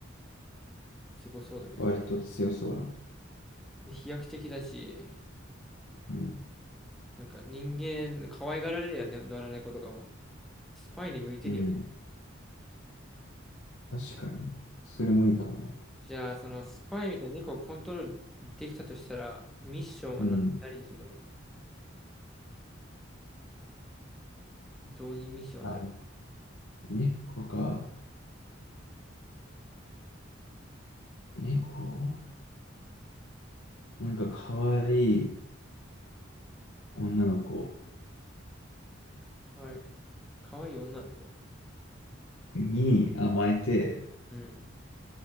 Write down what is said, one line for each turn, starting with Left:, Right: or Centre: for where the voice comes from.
Centre: すごそうだけどね。
Left: 割と強そうだね。
Centre: で、飛躍的だし、
Left: うん。
Centre: なんか人間可愛がられるやんね、野良猫とかも。スパイに向いてるよね。
Left: うん。確かにねそれもいいかもね。
Centre: じゃあ、そのスパイみたいな猫をコントロールできたとしたら、ミッションは何、
Left: うん。
Centre: 何にするのどういうミッションを与え
Left: あ、猫か。猫なんか可愛い女の子
Centre: はい。可愛い女の子。
Left: に甘えて、
Centre: うん。